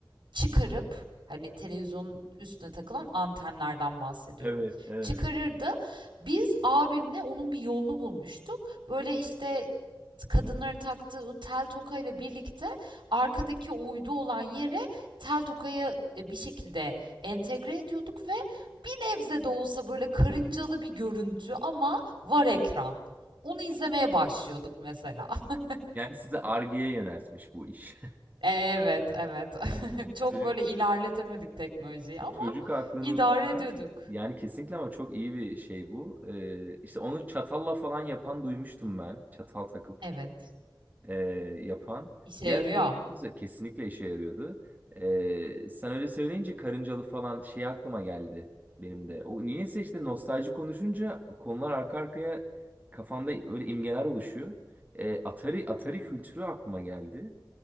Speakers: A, on the right (about 80°); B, on the right (about 20°).
A: çıkarıp, hani, televizyonun üstüne takılan antenlerden bahsediyorum,
B: Evet, evet.
A: çıkarırdı. Biz abimle onun bir yolunu bulmuştuk. Böyle, işte, kadınların taktığı o tel tokayla birlikte arkadaki o uydu olan yere tel tokayı, eee, bir şekilde entegre ediyorduk ve bir nebze de olsa, böyle, karıncalı bir görüntü ama var ekran. Onu izlemeye başlıyorduk mesela. <laughs>
B: Yani sizi Ar-Ge'ye yöneltmiş bu iş.
A: Evet, evet. <laughs> Çok,
B: <laughs> Çocuk,
A: böyle, ilerletemedik teknolojiyi ama
B: çocuk aklınızda
A: idare ediyorduk.
B: yani kesinlikle ama çok iyi bir şey bu. Ee, işte onu çatalla falan yapan duymuştum ben. Çatal takıp.
A: Evet.
B: e, yapan.
A: İşe
B: Ya
A: yarıyor.
B: çok güzel, kesinlikle işe yarıyordu. E, sen öyle söyleyince karıncalı falan şey aklıma geldi benim de. O niyeyse işte nostalji konuşunca konular arka arkaya kafanda öyle imgeler oluşuyor. E, Atari Atari kültürü aklıma geldi.